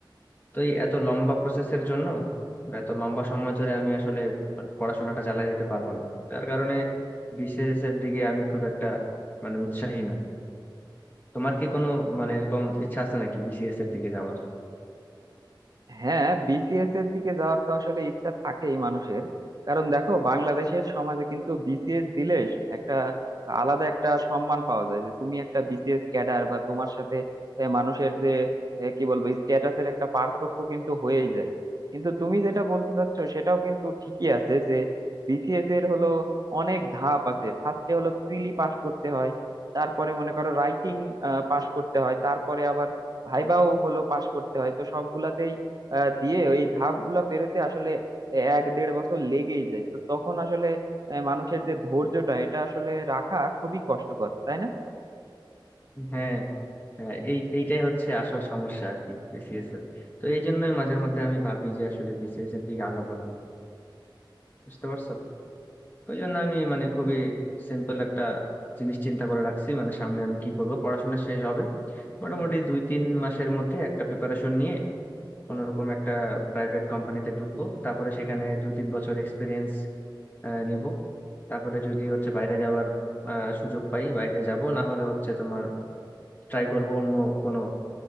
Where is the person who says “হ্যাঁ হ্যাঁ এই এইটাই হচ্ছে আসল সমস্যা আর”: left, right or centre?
Left